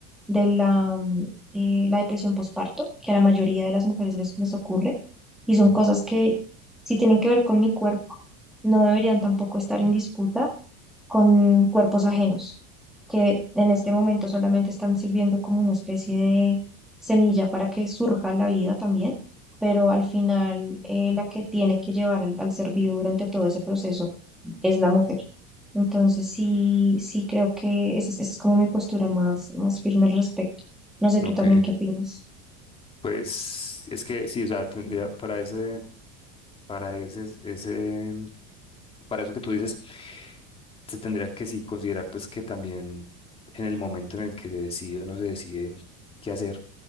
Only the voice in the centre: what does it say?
de la, mm, eh, la depresión postparto, que a la mayoría de las mujeres les les ocurre y son
cosas que si tienen que ver con mi cuerpo, no deberían tampoco estar en disputa con cuerpos ajenos, que en este momento solamente están sirviendo como una especie de semilla para que surja la vida también, pero al final eh, la que tiene que llevar al, al ser vivo durante todo ese proceso es la mujer. Entonces sí, sí creo que esa es, esa es como mi postura más, más firme al respecto. No sé, tú
también qué opinas.